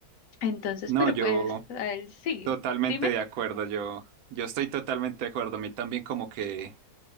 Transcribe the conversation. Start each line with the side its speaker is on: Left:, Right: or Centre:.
Left: Entonces,
Right: No,
Left: pero
Right: yo.
Left: pues a él sí.
Right: Totalmente
Left: Dime.
Right: de acuerdo, yo, yo estoy totalmente de acuerdo. A mí también como que,